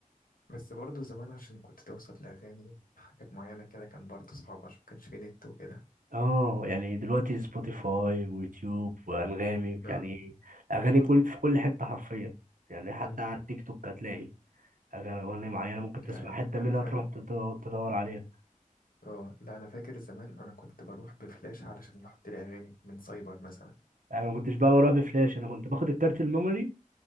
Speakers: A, on the left; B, on the right.
A: بس برضه زمان عشان كنت توصل لأغاني حاجات معينة كده كان برضه صعب عشان مكانش فيه نت وكده
B: اه يعني دلوقتي سبوتيفاي ويوتيوب وانغامي
A: اه
B: يعني اغاني كل في كل حته حرفيا يعني حتى
A: امم
B: على التيك توك هتلاقي اغاني أغاني معينه ممكن
A: لا
B: تسمع
A: يعني
B: حته
A: أنا
B: منها
A: فعلا
B: تروح تدو- تدور عليها
A: اه لا أنا فاكر زمان أنا كنت بروح بفلاش علشان يحط لي أغاني من سايبر مثلا
B: يعني ما كنتش بقى بروح بفلاش انا كنت باخد الكارت الميموري